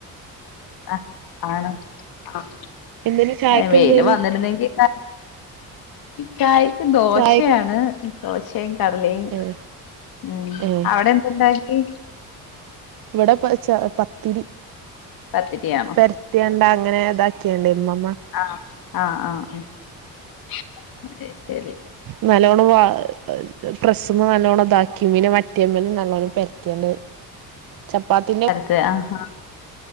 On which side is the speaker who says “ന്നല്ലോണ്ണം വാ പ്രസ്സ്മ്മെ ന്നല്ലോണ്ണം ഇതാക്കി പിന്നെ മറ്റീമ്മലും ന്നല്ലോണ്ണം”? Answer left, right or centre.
Right